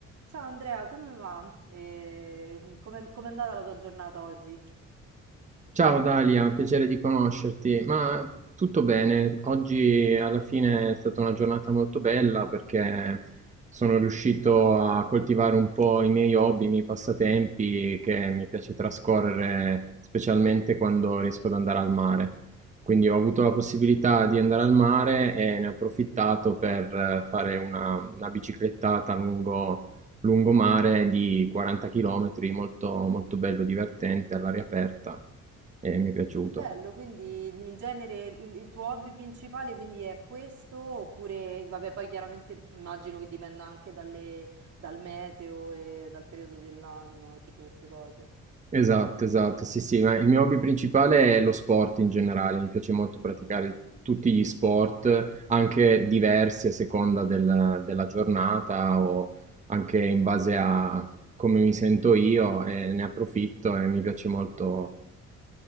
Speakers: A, on the right; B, on the right.
A: Ciao Andrea, come va? Eh, come, com'è andata la tua giornata oggi?
B: Ciao Dalia, piacere di conoscerti. Ma tutto bene, oggi alla fine è stata una giornata molto bella perché sono riuscito a coltivare un po' i miei hobby, i miei passatempi che mi piace trascorrere specialmente quando riesco ad andare al mare. Quindi ho avuto la possibilità di andare al mare e ne ho approfittato per eh, fare una, una biciclettata lungo, lungomare di 40 km, molto, molto bello, divertente, all'aria aperta. E mi è piaciuto.
A: Bello, quindi in genere il, il tuo hobby principale quindi è questo, oppure, vabbè, poi chiaramente immagino che dipenda anche dalle- dal meteo e dal periodo dell'anno e tutte queste cose.
B: Esatto, esatto, sì, sì, ma il mio hobby principale è lo sport in generale, mi piace molto praticare tutti gli sport, anche diversi a seconda del- della giornata o anche in base a come mi sento io e ne approfitto e mi piace molto